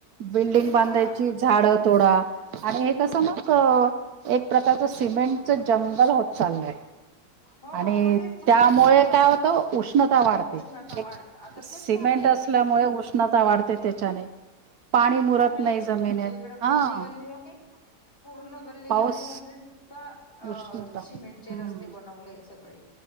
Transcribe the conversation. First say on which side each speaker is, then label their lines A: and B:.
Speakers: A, on the right; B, on the left.
A: बिल्डिंग
B: तेच
A: बांधायची
B: ना
A: झाडं तोडा आणि एक तसं मग एक प्रकारच सिमेंटच जंगल होत चाललय.
B: हो
A: आणि
B: मग तेच सगळे
A: त्यामुळे
B: अ
A: काय होतं उष्णता वाढते.
B: उष्णता वाढत
A: एक
B: आता
A: सिमेंट
B: तेच झालंय
A: असल्यामुळे उष्णता वाढते त्याच्याने. पाणी
B: तेच
A: मुरत
B: झालंय
A: नाही जमिनीत
B: आमच्या इकडं
A: हा
B: गल्ली गल्ली मधे पूर्ण गल्ली
A: पाऊस
B: गल्ली मधले सुद्धा अ
A: उष्णता
B: शिमेंटचे
A: हम्म.
B: रस्ते बनवले सगळे